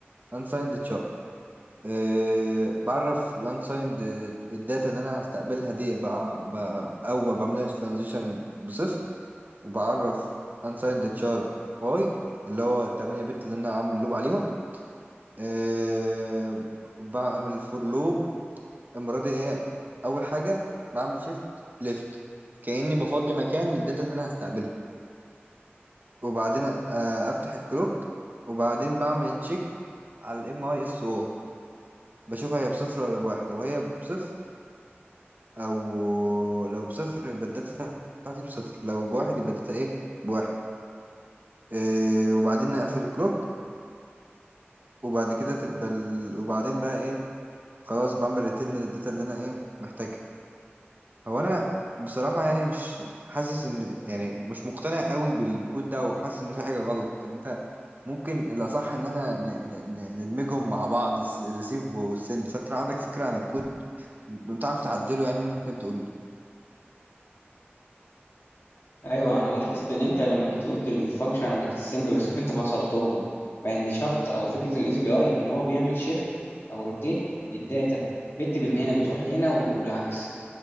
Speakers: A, on the right; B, on the left.
A: unsigned char أه بعرف الانسايند الداتا اللي انا هستقبلها دي بع... ب... او بعملها ترانزيشن بصفر وبعرف انسايند تشار باي اللي هو التمانية بت اللي انا عامل لوب عليهم أه بعمل فور لوب المره دي ايه اول حاجه بعمل شيفت ليفت كاني بفضي مكان للداتا اللي انا هستقبلها وبعدين أه افتح الكلوك وبعدين بعمل تشيك على الام اي اس او بشوفها هي بصفر ولا بواحد لو هي بصفر او لو بصفر يبقى الداتا بتاعتي بصفر لو بواحد يبقى الداتا ايه بواحد إيه وبعدين نقفل الكلوك وبعد كده تبقى ال... وبعدين بقى ايه خلاص بعمل ريتيرن للداتا اللي انا ايه محتاجها هو انا بصراحة يعني مش حاسس ان يعني مش مقتنع قوي بالكود ده وحاسس ان في حاجة غلط يعني انت ممكن الاصح ان احنا ن... ن... ن- ندمجهم مع بعض الريسيف والسند فانت لو عندك فكرة عن الكود تعرف تعدله يعني ممكن تقول
B: ايوه انا لاحظت ان انت لما جيت قلت الفانكشن بتاعت السند والريسيف انت فصلتهم مع ان شرط او فكره الاس بي اي ان هو بيعمل شيفت او روتيت الداتا بت بت من هنا بتروح لهنا و- والعكس